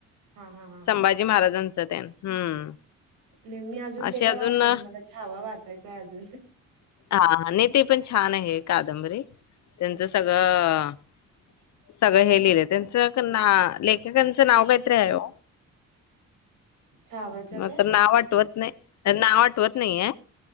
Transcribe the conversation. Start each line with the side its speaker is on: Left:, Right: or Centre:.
Right: हा हा हा
Left: संभाजी
Right: हा
Left: महाराजां <unintelligible> हम्म.
Right: मी आजून
Left: असे
Right: ते ते
Left: अजून
Right: काय वाचल नाय मला छावा वाचायचाय अजून
Left: हा नाही ते पण छान आहे कादंबरी त्यांचं सगळं सगळं हे लिहिलं त्यांच ना लेखेकांचं नाव काही तरी आहे ओ
Right: छावाच्या
Left: म आता
Right: काय
Left: नाव आटवत नाय नाव आठवत नाहीये.